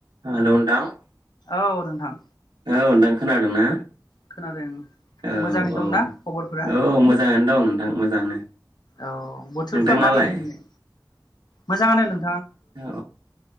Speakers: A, on the right (about 85°); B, on the left (about 65°).
A: Hello नोंथां?
B: औ नोंथां।
A: औ नोंथां खोनादों ना?
B: खोनादों
A: औ,
B: मोजाङै दंना
A: औ,
B: खबरफोरा
A: औ मोजाङानो दं नोंथां। मोजाङानो।
B: औ बोथोरफ्रा
A: नोंथांनालाय
B: माबायदि दिनै? मोजाङानो नों
A: औ